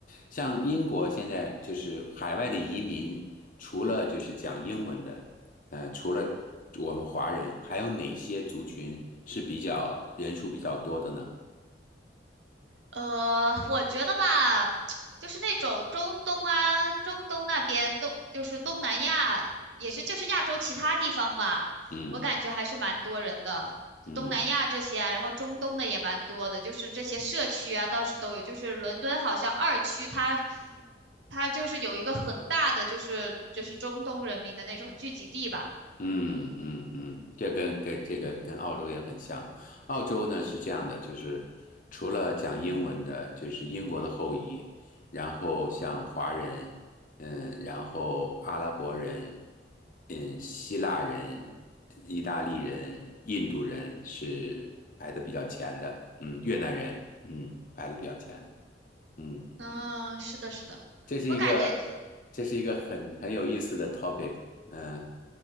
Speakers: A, on the left (about 45°); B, on the right (about 85°).
A: 像英国现在就是海外的移民，除了就是讲英文的，呃，除了我们华人，还有哪些族群是比较人数比较多的呢？
B: 呃，我觉得吧，就是那种中东啊，中东那边东，就是东南亚，也是就是亚洲其他地方吧，
A: 嗯
B: 我感觉还是蛮多人的。就东南亚这些啊，
A: 嗯。
B: 然后中东的也蛮多的，就是这些社区啊，倒是都有。就是伦敦好像二区它，它就是有一个很大的，就是就是中东人民的那种聚集地吧。
A: 嗯嗯嗯，这跟跟这个跟澳洲也很像。澳洲呢是这样的，就是除了讲英文的，就是英国的后裔，然后像华人，嗯，然后阿拉伯人，嗯，希腊人、意大利人、印度人是排的比较前的，嗯，越南人，嗯，排的比较前，嗯，
B: 嗯，是的，是的，
A: 这是一个这是一个很很有意思的
B: 我感觉。
A: topic，嗯，